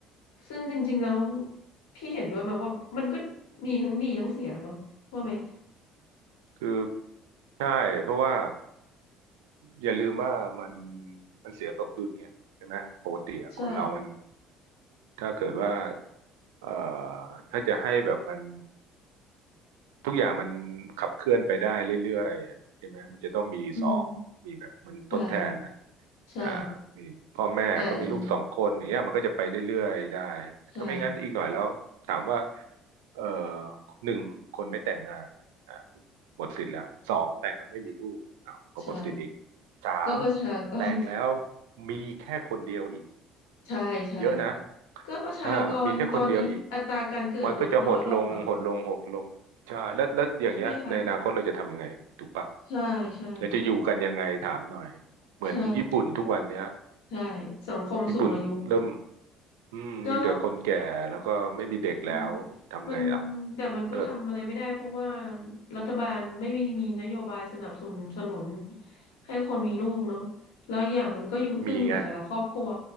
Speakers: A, on the left (about 80°); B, on the right (about 85°).
A: ซึ่งจริงๆแล้วพี่เห็นด้วยมาว่ามันก็มีทั้งดีทั้งเสียเนาะว่าไหม
B: คือใช่ เพราะว่าอย่าลืมว่ามันมันเสียสมดุลไงใช่ไหมปกติอะคนเรามัน
A: ใช่
B: ถ้าเกิดว่าเอ่อถ้าจะให้แบบมัน ทุกอย่างมันขับเคลื่อนไปได้เรื่อยๆอะใช่ไหมมันจะต้องมีสองมีแบบเหมือนทดแทนอ่ะ
A: อืมใช่ใช่
B: อ่ามีพ่อแม่ก็มีลูกสองคนอย่างเงี้ยมันก็จะไปเรื่อยๆได้
A: แต่ใช่
B: ถ้าไม่งั้นอีกหน่อยแล้วถามว่าเอ่อหนึ่งคนไม่แต่งงานอ่ะหมดสิทธิ์แล้วสองแต่งแล้วไม่มีลูกอ้าวก็หมดสิทธิ์อีก
A: ใช่
B: สาม
A: ก็ประชากร
B: แต่งแล้วมีแค่คนเดียวอีก
A: <laughs> ใช่ใช่
B: เยอะนะ
A: ก็ประชากรตอนนี้อัตราการเกิดลดน้อยลงอ่ะ
B: อ่ามีแค่คนเดียวอีก มันก็จะหดลงหดลงหดลงใช่แล้วแล้วอย่างเงี้ยในอนาคตเราจะทำยังไงถูกปะ
A: ใช่ไหมคะใช่ใช่
B: เราจะอยู่กันยังไงถามหน่อยเหมือนญี่ปุ่นทุกวันเนี้ย
A: ใช่ใช่สังคมสูงอายุ
B: ญี่ปุ่นเริ่มอืมมีแต่คนแก่แล้วก็ไม่มีเด็กแล้วทำไงล่ะ
A: ก็อืมมันแต่มันก็ทำอะไรไม่ได้เพราะว่า
B: เออ
A: รัฐบาลไม่มีมีนโยบายสนับสนุนสนุนให้คนมีลูกเนาะแล้วอย่างมันก็อยู่ขึ้นอยู่แต่ละครอบครัว
B: มีไง